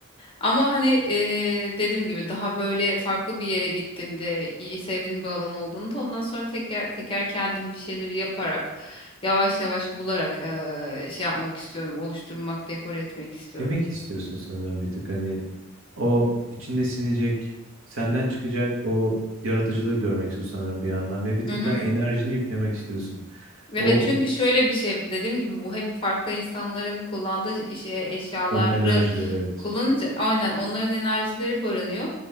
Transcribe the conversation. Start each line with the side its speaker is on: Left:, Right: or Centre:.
Left: Ama hani eee, dediğim gibi daha böyle farklı bir yere gittiğimde iyi sevdiğim bir alan olduğunda ondan sonra teker teker kendim bir şeyleri yaparak yavaş yavaş bularak eee, şey yapmak istiyorum, oluşturmak, dekore etmek istiyorum.
Right: Emek <laughs> istiyorsun sanırım bir tık hani o içinde sinecek, senden çıkacak o yaratıcılığı görmek istiyorsun sanırım bir yandan ve bir tık
Left: Hı hı.
Right: daha enerjini yüklemek istiyorsun.
Left: Evet
Right: O
Left: çünkü şöyle bir şey dediğim gibi bu hep farklı insanların kullandığı şey eşyaları
Right: onun enerjileri evet.
Left: kullanınca aynen onların enerjileri barınıyor.